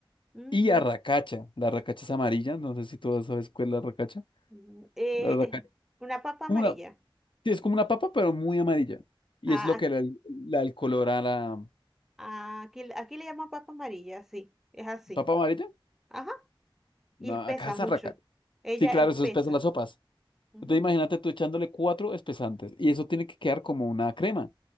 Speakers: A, in the centre; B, on the left (about 65°).
A: ujú.
B: y arracacha. La arracacha es amarilla, no sé si todas sabes cuál es la arracacha.
A: Mm, eh,
B: La arracacha
A: es
B: es
A: una papa
B: como
A: amarilla.
B: una, sí, es como una papa, pero muy amarilla. Y
A: A-
B: es lo que le da el color a la
A: a- a- aquí, aquí le llaman papa amarilla, sí, es así.
B: papa amarilla.
A: Ajá,
B: No,
A: y espesa
B: acá es
A: mucho.
B: arracacha.
A: Ella
B: Sí, claro,
A: espesa.
B: eso espesa las sopas.
A: Ujú.
B: Entonces imagínate tú echándole cuatro espesantes y eso tiene que quedar como una crema.